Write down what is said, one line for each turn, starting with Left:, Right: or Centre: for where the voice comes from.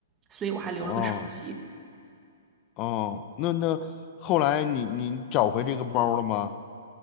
Right: 所以我还留了个手机。
Left: 哦哦，那那后来你你找回这个包了吗？